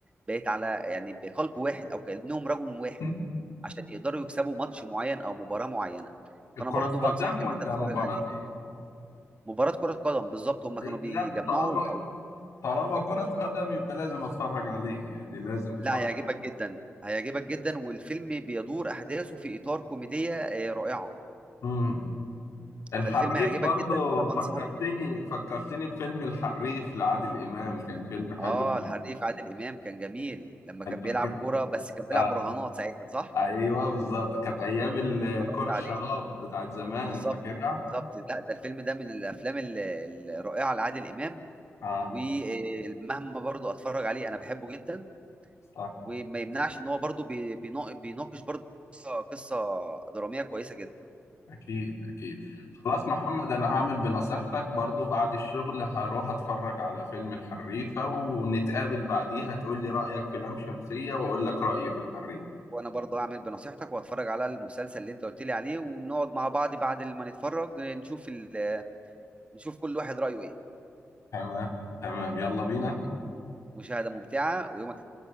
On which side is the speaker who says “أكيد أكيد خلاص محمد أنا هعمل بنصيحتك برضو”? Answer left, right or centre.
Left